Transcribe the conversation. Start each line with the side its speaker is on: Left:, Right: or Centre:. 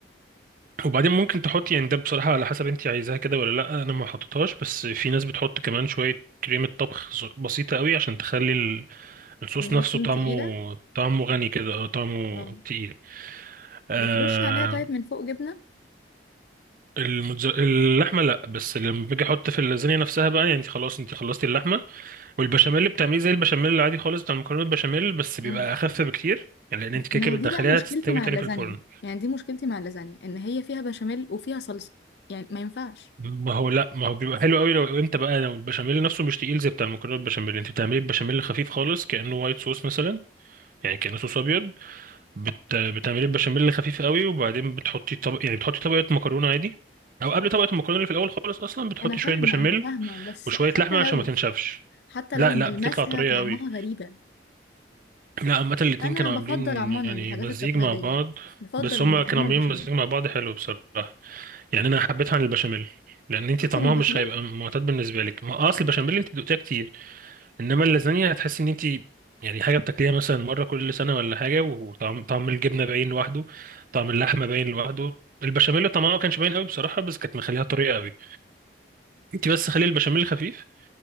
Right: وبعدين ممكن تحطي يعني ده بصراحه على حسب انت عايزاها كده ولا لا انا ما حطيتهاش بس في ناس بتحط كمان شويه كريمة طبخ ص- بسيطة قوي عشان تخلي الصوص
Left: ان
Right: نفسه
Left: هي تكون
Right: طعمه
Left: تقيلة
Right: طعمه غني كده اه طعمه
Left: اه
Right: تقيل آه
Left: بترش عليها طيب من فوق جبنة
Right: المتز... اللحمه لا بس لما باجي احط في اللازانيا نفسها بقى يعني خلاص انت خلصتي اللحمه والبشاميل اللي بتعمليه زي البشاميل العادي خالص بتاع المكرونه البشاميل بس بيبقى
Left: امم
Right: اخف بكتير يعني لان انت كده
Left: ما
Right: كده
Left: هي
Right: بتدخليها
Left: دي بقى مشكلتي
Right: تستوي
Left: مع
Right: تاني
Left: اللازانيا
Right: في الفرن
Left: يعني دي مشكلتي مع اللازانيا ان هي فيها بشاميل وفيها صلصة يعني ما ينفعش
Right: ما هو لا ما هو بيبقى حلو قوي لو انت بقى لو البشاميل نفسه مش تقيل زي بتاع المكرونه البشاميل انت بتعملي البشاميل خفيف خالص كانه وايت صوص مثلا يعني كانه صوص ابيض بت... بتعملي البشاميل خفيف قوي وبعدين بتحطي طبق يعني بتحطي طبقة مكرونة عادي او قبل طبقة المكرونة اللي في الاول خالص اصلا بتحطي
Left: انا فاهمه
Right: شوية بشاميل
Left: انا فاهمه بس
Right: وشوية
Left: حتى
Right: لحمة عشان
Left: لو
Right: ما تنشفش
Left: حتى
Right: لا
Left: لو ملمسها
Right: لا بتطلع طرية
Left: طعمها
Right: قوي
Left: غريبه
Right: لا عامة الاتنين
Left: انا
Right: كانوا
Left: بفضل
Right: عاملين
Left: عموما
Right: يعني
Left: الحاجات
Right: مزيج
Left: التقليديه
Right: مع بعض
Left: يعني بفضل
Right: بس
Left: المكرونه
Right: هما كانوا عاملين
Left: البشاميل
Right: مزيج مع بعض حلو بصراحة يعني انا حبيتها عن البشاميل لان انتي
Left: اكتر
Right: طعمها
Left: من البشاميل
Right: مش هيبقى معتاد بالنسبة لك ما اصل البشاميل انتي دقتيها كتير انما اللازانيا هتحس ان انت يعني حاجه بتاكليها مثلا مره كل سنه ولا حاجه وطعم طعم الجبنه باين لوحده طعم اللحمه باين لوحده البشاميل طعمها ما كانش باين قوي بصراحه بس كانت مخليها طريه قوي انت بس خلي البشاميل خفيف